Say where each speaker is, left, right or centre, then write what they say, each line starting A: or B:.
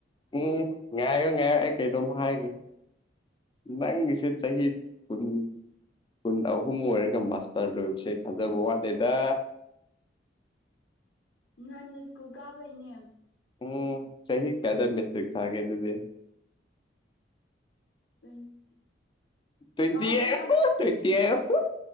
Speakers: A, on the left (about 25°); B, on the left (about 80°).
A: ꯎꯝ ꯉꯥꯏꯌꯣ ꯉꯥꯏꯌ‌ꯣ ꯑꯩ ꯀꯩꯅꯣꯝ ꯍꯥꯏꯒꯦ ꯅꯪꯒꯤꯁꯤ ꯆꯍꯤ ꯀꯨꯟ ꯀꯨꯟ ꯑꯍꯨꯝ ꯑꯣꯏꯔꯒ ꯃꯥꯁꯇꯔ ꯂꯣꯏꯕꯁꯦ ꯊꯥꯖꯕ ꯋꯥꯠꯂꯦꯗ
B: ꯉꯟꯅ ꯁ꯭ꯀꯨꯜ ꯀꯥꯕꯩꯅꯦ
A: ꯎꯝ ꯆꯍꯤꯍꯤ ꯀꯌꯥꯗ ꯃꯦꯠꯇ꯭ꯔꯤꯛ ꯊꯥꯒꯦ ꯑꯗꯨꯗꯤ
B: ꯇ꯭ꯋꯦꯟꯇꯤ
A: ꯇ꯭ꯋ‌ꯦꯟꯇꯤ
B: ꯀꯥꯎꯔꯦꯗ
A: ꯍꯥꯏꯌ‌ꯣ ꯇ꯭ꯋ‌ꯦꯟꯇꯤ ꯍꯥꯏꯌ‌ꯣ